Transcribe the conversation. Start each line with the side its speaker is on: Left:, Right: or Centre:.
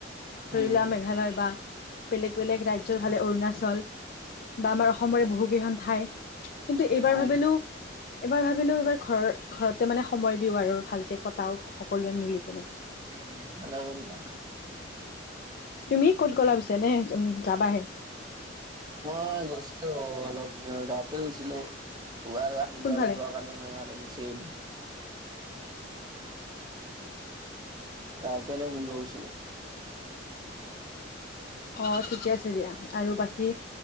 Left: ধৰি
Right: উম,
Left: লোৱা মেঘালয় বা বেলেগ বেলেগ ৰাজ্যৰ ফালে অৰুণাচল, বা আমাৰ অসমৰে বহুকেইখন ঠাই। কিন্তু এইবাৰ
Right: হয়,
Left: ভাবিলোঁ, এইবাৰ ভাবিলোঁ এইবাৰ ঘৰ ঘৰতে মানে সময় দিওঁ আৰু ভালকে কটাও সকলোৱে মিলি কিনে।
Right: উম, ভালে কৰিলা।
Left: তুমি ক'ত গ'লা পিছে নে উম' যাবাহে।
Right: মই গৈছিলোঁ অলপ গাওঁ <unintelligible> গৈছিলোঁ আৰু আহিলোঁ
Left: কোনফালে
Right: আৰু যোৱাকালি <unintelligible> গুচি আহিলোঁ। গাওঁতে এনে ফুৰিব গৈছিলোঁ।
Left: অ' ঠিকে আছে দিয়া আৰু বাকী